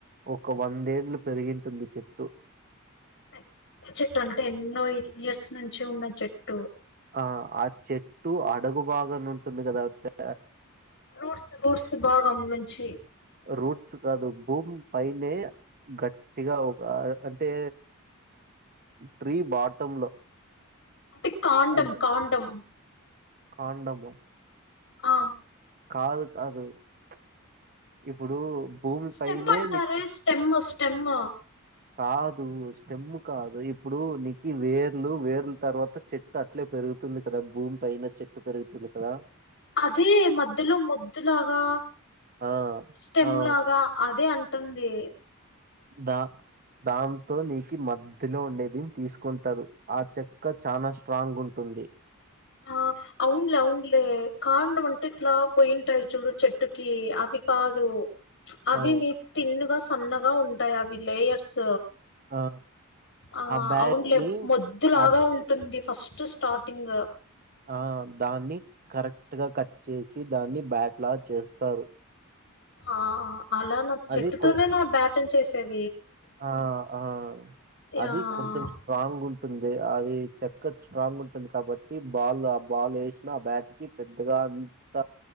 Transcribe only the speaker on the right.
ఒక్కవం వందేళ్లు పెరిగింటుంది. చెట్టు
ఆ ఆ చెట్టు అడుగుబాగన ఉంటుంది. కదా చా
రూట్స్ కాదు. భూమి పైనే గట్టిగా ఒక అంటే ట్రీ బాటమ్ లో
అంటే
కాండము
కాదు కాదు. చ్చ్ ఇప్పుడు భూమి
పైనే
నీకు
కాదు స్టెమ్ కాదు. ఇప్పుడు నీకి వేర్లు వేర్ల తర్వాత చెట్టు అట్లే పెరుగుతుంది. కదా భూమి పైన చెట్టు పెరుగుతుంది కదా.
ఆ
ఆ
దా దాంతో నీకి మధ్యలో ఉండేది. తీసుకుంటారు ఆ చెక్క చానా స్ట్రాంగ్ ఉంటుంది.
ఆ
ఆ
బ్యాట్
ని
అద్
ఆ దాన్ని కరెక్ట్ గా కట్ చేసి దాన్ని బ్యాట్ లా చేస్తారు.
అది కొ
ఆ ఆ
అది కొంచెం స్ట్రాంగ్ ఉంట్ టుంది అది చెక్క స్ట్రాంగ్ ఉంటుంది కాబట్టి బాల్ ఆ బాల్ ఏశినా ఆ బ్యాట్ కి పెద్ గా అంత